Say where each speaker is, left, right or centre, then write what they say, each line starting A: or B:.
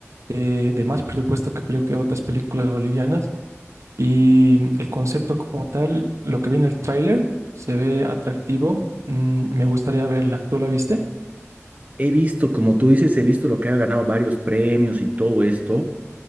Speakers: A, on the right; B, on the right.
A: eh, de más presupuesto que creo que otras películas bolivianas. Y el concepto como tal, lo que vi en el tráiler, se ve atractivo. Mm, me gustaría verla. ¿Tú la viste?
B: He visto, como tú dices, he visto lo que ha ganado varios premios y todo esto.